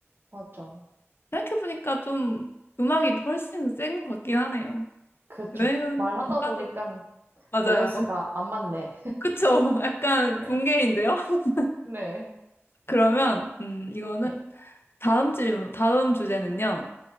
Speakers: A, on the right (about 50°); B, on the left (about 55°).
A: 맞아.
B: 생각해보니까 좀 음악이 훨씬 센 것 같긴 하네요.
A: 그렇죠.
B: 여행은
A: 말하다
B: 안 가도,
A: 보니까
B: 맞아요.
A: 밸런스가 안 맞네.
B: 그쵸? <laughs> 약간
A: 네.
B: 붕괴인데요? <laughs>
A: 네.
B: 그러면, 음, 이거는
A: 네.
B: 다음 질문, 다음 주제는요.